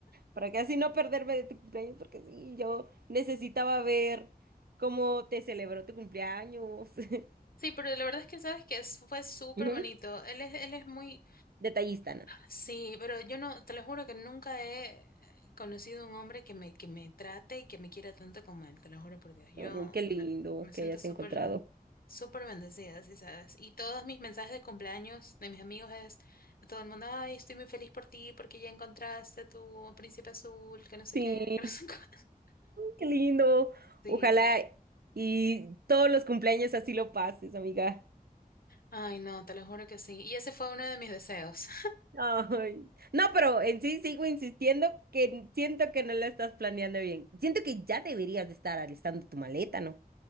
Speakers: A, on the right; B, on the left.
A: para que así no perderme de tu cumpleaños, porque sí, yo necesitaba ver cómo te celebró tu cumpleaños. <laughs>
B: Sí, pero la verdad es que sabes que es- fue súper
A: Ujú.
B: bonito. Él es, él es muy,
A: Detallista, Ana.
B: Sí, pero yo no, te lo juro que nunca he conocido un hombre que me, que me trate y que me quiera tanto como él, te lo juro por Dios. Yo
A: Ay, qué lindo
B: me, me siento
A: que hayas
B: súper,
A: encontrado.
B: súper bendecida, sí, sabes. Y todos mis mensajes de cumpleaños de mis amigos es a todo el mundo, ay, estoy muy feliz por ti porque ya encontraste tu príncipe azul, que no sé
A: Sí,
B: qué, <laughs> que no
A: ay,
B: sé cuánto. <laughs>
A: qué lindo.
B: Sí.
A: Ojalá y todos los cumpleaños así lo pases, amiga.
B: Ay, no, te lo juro que sí. Y ese fue uno de mis deseos.
A: Ay. No, pero en sí sigo insistiendo que siento que no lo estás planeando bien. Siento que ya deberías de estar alistando tu maleta, ¿no?